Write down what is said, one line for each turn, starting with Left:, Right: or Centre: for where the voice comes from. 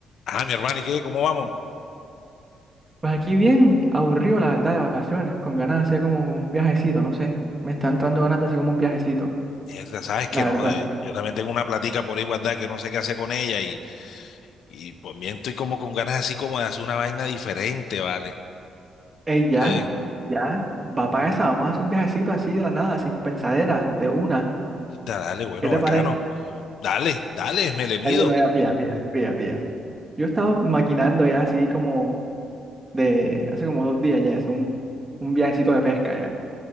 Left: Ah, mi hermano, ¿y qué? ¿Cómo vamos?
Right: Pues aquí bien, aburrido la verdad de vacaciones, con ganas de hacer como un viajecito, no sé. Me está entrando ganas de hacer como un viajecito,
Left: Mierda, sabes que
Right: la
Left: no,
Right: verdad.
Left: joder, yo también tengo una platica por ahí guardada que no sé qué hacer con ella y, y pues bien estoy como con ganas así como de hacer una vaina diferente, ¿vale?
Right: Ey,
Left: No
Right: ya,
Left: sé,
Right: ya, va para esa, vamos a hacer un viajecito así de la nada, sin pensadera, de una.
Left: mierda, dale, bueno,
Right: ¿Qué te
Left: bacano.
Right: parece?
Left: Dale, dale, me le mido.
Right: Ay, bueno, ya, pilla, pilla, pilla, pilla. Yo estaba maquinando ya así como de hace como dos días ya, hacer un, un viajecito de pesca ya.